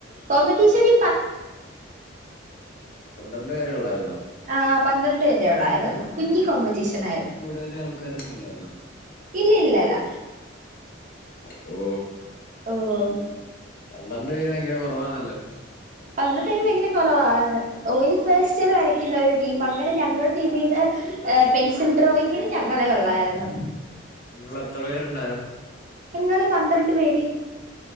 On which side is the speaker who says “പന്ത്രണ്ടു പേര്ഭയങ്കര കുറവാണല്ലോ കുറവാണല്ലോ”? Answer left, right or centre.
Left